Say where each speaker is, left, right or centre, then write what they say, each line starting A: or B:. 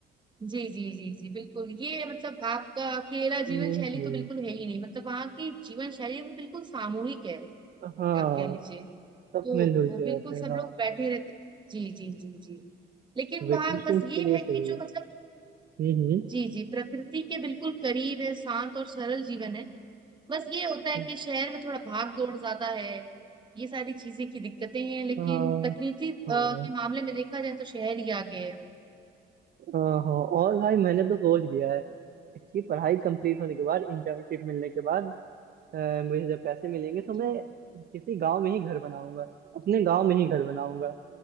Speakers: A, on the right; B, on the right.
A: जी जी जी जी बिल्कुल ये मतलब आपका अकेला
B: हम्म
A: जीवन शैली
B: हम्म,
A: तो बिल्कुल है ही नहीं मतलब वहाँ की जीवन शैली वो बिल्कुल सामूहिक है
B: हाँ
A: आप कह लीजिए तो
B: सब मिलजुल
A: वो
B: के
A: बिल्कुल
B: रहते हैं
A: सब लोग
B: आप
A: बैठे रहते जी जी जी जी लेकिन
B: वेकेशन
A: वहां बस ये
B: के लिए
A: है
B: सही
A: कि जो
B: है
A: मतलब
B: हम्म
A: जी जी प्रकृति के बिल्कुल करीब है शांत और सरल जीवन है बस ये होता है
B: हम्म
A: कि शहर में थोड़ा भाग दौड़ ज्यादा है ये सारी चीजें की दिक्कतें हैं लेकिन
B: हाँ
A: तकनीकी अ,
B: हाँ
A: के मामले में देखा जाए तो शहर ही आगे है
B: हाँ, हाँ, और भाई मैंने तो सोच लिया है कि पढ़ाई कंप्लीट होने के बाद इंटर्नशिप मिलने के बाद अ, मुझे जब पैसे मिलेंगे तो
A: जी
B: मैं किसी गांव में ही घर बनाऊंगा अपने गांव में ही घर बनाऊंगा